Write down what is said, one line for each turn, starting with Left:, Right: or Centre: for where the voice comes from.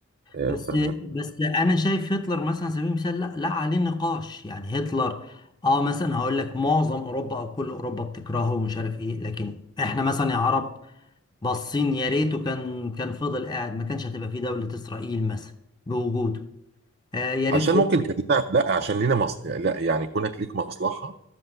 Right: آه،
Left: بس
Right: ف
Left: بس انا شايف هتلر مثلا على سبيل المثال لا لا عليه نقاش يعني هتلر اه مثلا هقول لك معظم اوروبا او كل اوروبا بتكرهه ومش عارف ايه لكن احنا مثلا يا عرب باصين يا ريته كان كان فضل قاعد ما كانش هتبقى فيه دولة اسرائيل مثلا بوجوده آه يا
Right: عشان
Left: ريت
Right: ممكن كان لنا لا عشان لينا مص... لا يعني كونك ليك مصلحة